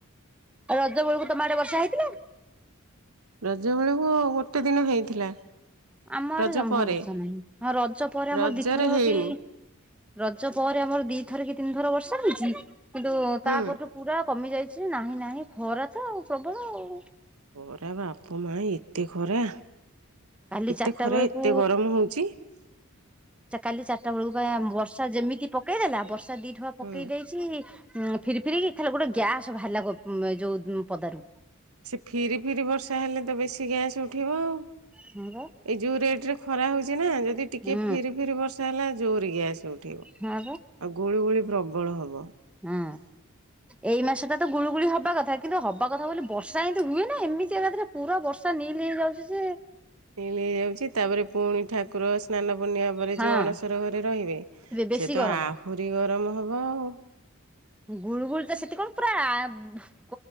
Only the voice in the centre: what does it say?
ଆଉ ରଜ ବେଳକୁ ତମ ଆଡେ ବର୍ଷା ହେଇଥିଲା?
ଆମ
ଆଡେ ଜହ୍ମା
ବର୍ଷା ନାହିଁ। ଆ ରଜ ପରେ ଆମର
ଦିଥରକି
ରଜ ପରେ ଆମର ଦିଥର କି ତିନିଥର ବର୍ଷା ହେଇଚି କିନ୍ତୁ
ତା ପରଠୁ ପୁରା କମି ଯାଇଛି ନାହିଁ ନାହିଁ ଖରା ତ ଆଉ ପ୍ରବଳ ଆଉ।
କାଲି
ଚାରିଟା
ବେଳକୁ
ଯେ କାଲି ଚାରିଟା ବେଳକୁ ପାଇଁ ବର୍ଷା ଯେମିତି ପକେଇ ଦେେଲା ବର୍ଷା ଦି ଠୁପା
ପକେଇ ଦେଇଛି ଉଁ ଫିରି ଫିରିିକି। ହେଲେ ଗୋଟେ ଗ୍ୟାସ ବାହାରିଲା ଗ ଉ ଯୋଉ ଉ ପଦାରୁ।
ହଁ ବା
ହୁଁ
ହଁ ବା
ହଁ ଏଇ ମାସ ଟା ତ ଗୁଳୁଗୁଳି ହବା କଥା କିନ୍ତୁ ହବା କଥା ବୋଲି ବର୍ଷା ଏମିତି ହୁଏ ନା ଏମିତି ଏକାଥରେ ପୁରା ବର୍ଷା। ନିଲ୍ ହେଇଯାଉଛି ଯେ।
ହଁ
ବେଶୀ
ଗରମ।
ଗୁଳୁ ଗୁଳି ତ ସେତିକଳୁ ପୁରା ଆ ଭ୍